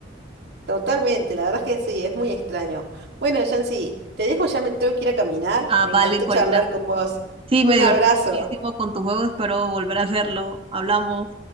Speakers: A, on the right; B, on the right.
A: Totalmente, la verdad es que sí, es muy extraño. Bueno, Yancy, te dejo, ya me tengo que ir a caminar.
B: Ah,
A: Me encantó
B: vale, Corina.
A: charlar con vos.
B: Sí,
A: Un
B: me divertí
A: abrazo.
B: muchísimo con tu juego, espero volver a hacerlo. Hablamos.